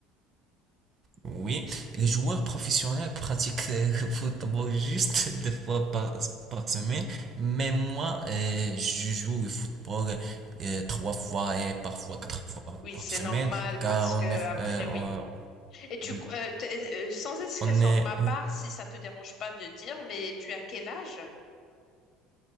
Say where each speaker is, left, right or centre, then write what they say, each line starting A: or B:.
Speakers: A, on the right; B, on the left.
A: Oui, les joueurs professionnels pratiquent euh, <laughs> le football juste <laughs> deux fois par, par semaine, mais moi, euh, je joue au football euh, trois fois et parfois quatre fois
B: Oui,
A: par
B: c'est
A: semaine,
B: normal
A: car
B: parce
A: on
B: que
A: est,
B: après,
A: euh,
B: oui.
A: on-
B: Et tu,
A: oui,
B: euh, t'es- euh, sans indiscrétion
A: on est,
B: de ma part,
A: oui.
B: si ça te dérange pas de dire, mais tu as quel âge?